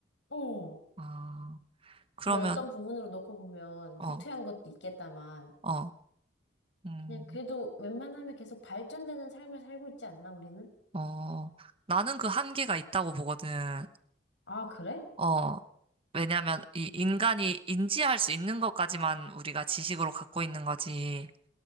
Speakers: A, on the left (about 70°); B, on the right (about 30°).
A: 어.
B: 어, 그러면,
A: 뭐 어떤 부분으로 놓고 보면 후퇴한
B: 어,
A: 것도 있겠다만
B: 어, 음,
A: 그냥 그래도 웬만하면 계속 발전되는 삶을 살고 있지 않나 우리는?
B: 어, 나는 그 한계가 있다고 보거든.
A: 아, 그래?
B: 어, 왜냐면 이 인간이 인지할 수 있는 것까지만 우리가 지식으로 갖고 있는 거지.